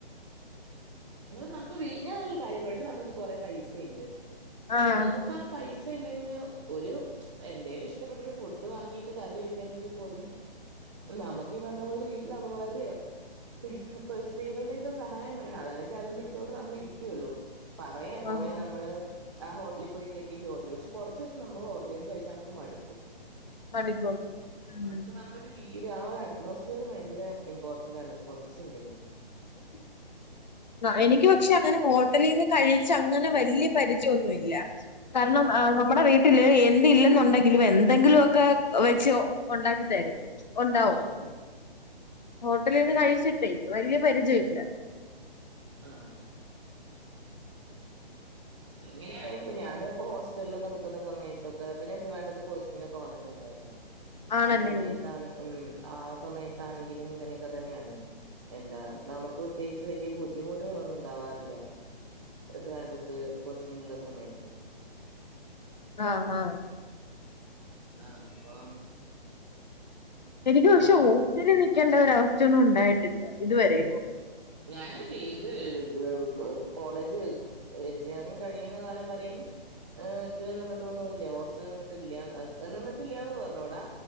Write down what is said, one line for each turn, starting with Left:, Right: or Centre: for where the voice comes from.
Right: പിന്നെപ്പം നമുക്ക് വീ ഞാനൊരു കാര്യം പറയട്ടെ ഇപ്പൊ നമ്മട്ത് കൊറെ പൈസണ്ട്
Left: ആഹ്
Right: നമുക്കാ പൈസണ്ടെങ്ങി ഒരു എന്തേലും ഇഷ്ടപ്പെട്ട ഒരു ഫുഡ് വാങ്ങീട്ട് കറി വെക്കാണ്ടെങ്കിൽ പോലും നമക്ക് ഈ പർഞ്ഞ പോലെ വീട്ടില് അമ്മമാരെയോ പിന്നെ സ്ത്രീകൾടെയൊക്കെ സഹായം വേണം അതല്ലെങ്കി അതും പിടിച്ചോണ്ട് നമ്മൾ ഇരിക്കെയൊള്ളൂ. പറയാം കൊറേ
Left: ആഹ്
Right: നമ്മള് ആ ഹോട്ടലി പോയി കഴി <unintelligible> പക്ഷെ കുറച്ചൂസം നമ്മള് ഹോട്ടലീന്ന് കഴിച്ചാ നമ്മക്ക് മടുക്കും
Left: മടുക്കും ഉം
Right: നമുക്ക് നമ്മൾ വീട് ആ ഒര് അറ്റ്മോസ്ഫിയർ ഭയങ്കര ഇമ്പോർട്ടന്റ് ആണ് കുറച്ചെങ്കിലും
Left: <inaudible> ആഹ് എനിക്ക് പക്ഷെ അങ്ങനെ ഹോട്ടലീന്ന് കഴിച്ച് അങ്ങനെ വലിയ പരിചയൊന്നുല്ല കാരണം
Right: ഉം
Left: ആഹ് നമ്മടെ വീട്ട് ട്ടില് എന്ത് ഇല്ലെന്നുണ്ടെങ്കിലും എന്തെങ്കിലും ഒക്കെ വെച്ച് ഒണ്ടാക്കിത്തരും ഒ ണ്ടാവും
Right: അതന്നെ
Left: ഹോട്ടലീന്ന് കഴിച്ചിട്ടേ വല്യ പരിചയല്ല
Right: ആഹ് എങ്ങനെയാണേലും ഇപ്പ ഞാന്പ്പൊ ഹോസ്റ്റൽലൊക്കെ നിക്കുന്ന സമയത്തൊക്കെ ഇപ്പൊ ഞാനൻ ട്രിവാൻഡ്രത്ത് കോച്ചിങ്ങിന് ഒക്കെ വന്നിട്ട്ണ്ടായിരുന്നു
Left: ആണല്ലേ
Right: ആ സമയത്താണ് ഉം ആ സമയത്താണെങ്കിലും ഇങ്ങനെയൊക്കെ തന്നെയാണ് എന്താ നമുക്ക് പ്രത്യേകിച്ച് വല്യ ബുദ്ധിമുട്ടുകളൊന്നും ഉണ്ടാവാറില്ല ട്രിവാൻഡ്രംത്ത് ത്ത് കോച്ചിങ്ങിനുള്ള സമയത്ത്
Left: ആഹ് ഹാ
Right: ആഹ് അപ്പം
Left: എനിക്ക് പക്ഷെ
Right: ആഹ്
Left: ഹോസ്റ്റൽല് നിക്കണ്ട ഒരവസ്ഥയൊന്നും ഉണ്ടായിട്ടില്ല ഇതുവരേക്കും
Right: ഞാന് ബി എഡ് കോ കോളേജ് എഞ്ചിനീയറിംഗ് കഴി യ്ണ കാലം വരെയും ഏഹ് ഇതിൽ നിന്നിട്ടൊന്നുംല്ല ഹോസ്റ്റൽല് നിന്നിട്ടില്ല <unintelligible> നിന്നിട്ടില്ലാന്ന് പറഞ്ഞൂടാ